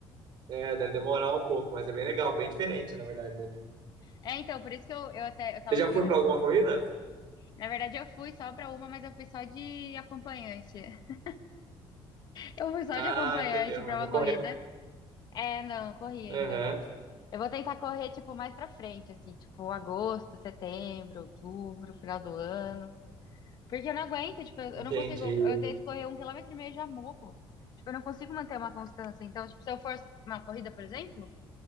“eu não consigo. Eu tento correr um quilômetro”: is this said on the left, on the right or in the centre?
Left